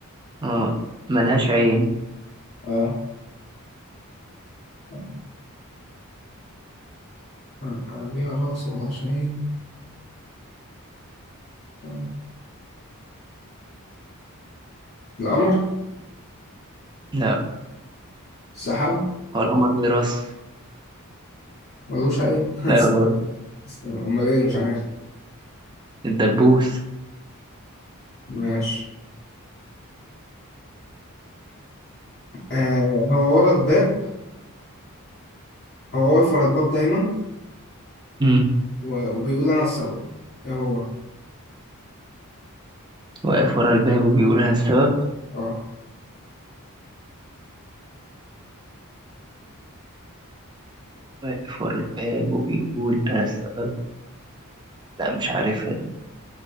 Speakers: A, on the right (about 20°); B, on the left (about 45°).
A: اه ملهاش عين
B: اه آه، آه، ليها راس وملهاش عين آه. القمر
A: لا
B: السحاب
A: هو القمر ليه راس
B: ملوش أي
A: لا برضه
B: <laughs> أمال إيه مش عارف
A: الدبوس
B: ماشي آه هو ورا الباب هو واقف ورا الباب دايما
A: مم.
B: و- وبيقول أنا السبب إيه هو؟
A: واقف ورا الباب وبيقول أنا السبب
B: أه
A: واقف ورا الباب وبيقول أنا السبب لا مش عارفها دي